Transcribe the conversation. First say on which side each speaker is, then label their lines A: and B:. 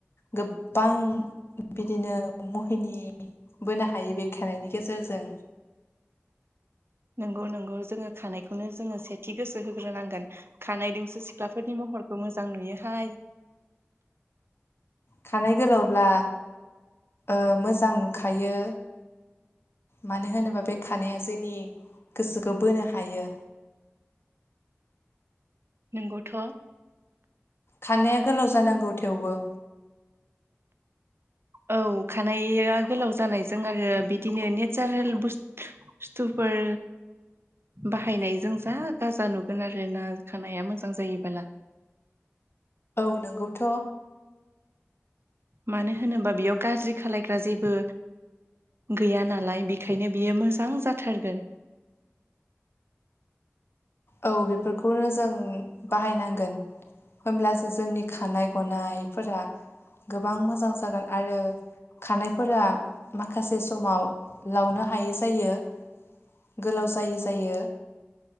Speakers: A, on the left; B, on the right.
A: गोबां बिदिनो महिनि बोनो हायो बे खेराइनि गेजेरजों
B: नोंगौ नोंगौ जोङो खानायखौनो जोङो सेथि गोसो होग्रोनांगोन खानायदोंसो सिख्लाफोरनि महरखौ मोजां नुयोहाय
A: खानाय गोलावब्ला ओ मोजां नुखायो मानो होनोबा बे खानाया जोंनि गोसोखौ बोनो हायो।
B: नोंगौथ'।
A: खारनाया गोलाव जानांगौ थेवबो।
B: औ खानाया गोलाव जानायजों आरो बिदिनो नेचारेल बुस्थु बस्थुफोर बाहायनायजों जा गाजा नुगोन आरो ना खानाया मोजां जायोबाला।
A: औ नोंगौथ'।
B: मानो होनोबा बेयाव गाज्रि खालायग्रा जेबो गैया नालाय बेखायनो बियो मोजां जाथारगोन।
A: औ बेफोरखौनो जों बाहायनांगोन। होमब्लासो जोंनि खानाय गनायफोरा गोबां मोजां जागोन आरो खानायफोरा माखासे समाव लावनो हायै जायो। गोलाव जायि जायो।